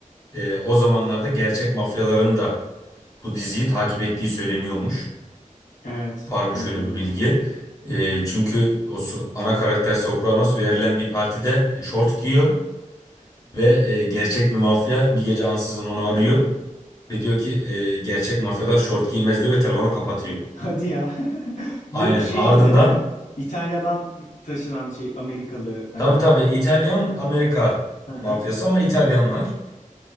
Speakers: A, on the left (about 25°); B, on the left (about 65°).
A: e, o zamanlarda gerçek mafyaların da bu diziyi takip ettiği söyleniyormuş.
B: Evet,
A: Var mı
B: doğrudur.
A: şöyle bir bilgi? E, çünkü o so- ana karakter Sopranos verilen bir partide e, şort giyiyor ve e, gerçek bir mafya bir gece ansızın onu arıyor ve diyor ki e, gerçek mafyalar şort giymez diyor ve telefonu kapatıyor.
B: Hadi ya. <laughs> Bu
A: Aynen.
B: şeydi
A: Ardından
B: değil mi? İtalya'dan taşınan şey Amerikalı. e,
A: tabii tabii İtalyan Amerika
B: hı hı.
A: mafyası ama İtalyanlar.